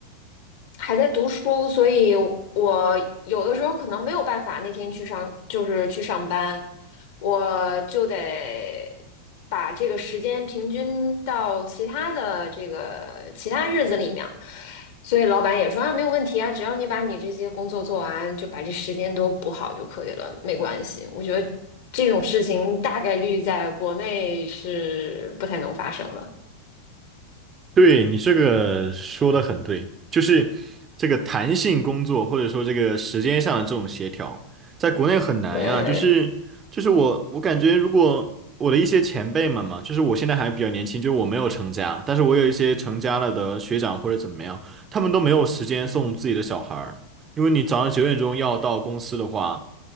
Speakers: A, on the left (about 50°); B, on the right (about 25°).
A: 还在读书，所以我有的时候可能没有办法那天去上，就是去上班，我就得。把这个时间平均到其他的这个其他日子里面。所以老板也说啊，没有问题啊，只要你把你这些工作做完，就把这时间都补好就可以了，没关系。我觉得这种事情大概率在国内是不太能发生了。
B: 对，你这个说的很对，就是这个弹性工作或者说这个时间上的这种协调，在国内很难呀。
A: 对，
B: 就是就是我我感觉，如果我的一些前辈们嘛，就是我现在还比较年轻，就是我没有成家，但是我有一些成家了的学长或者怎么样，他们都没有时间送自己的小孩儿，因为你早上九点钟要到公司的话，